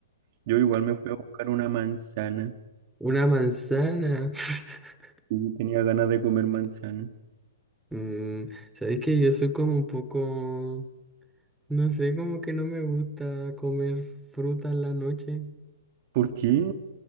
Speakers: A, on the right (about 40°); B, in the centre.
A: Yo igual me fui a buscar una manzana
B: una manzana. <laughs>
A: y tenía ganas de comer manzana.
B: Mm, sabes que yo soy como un poco, no sé, como que no me gusta comer fruta en la noche
A: ¿Por qué?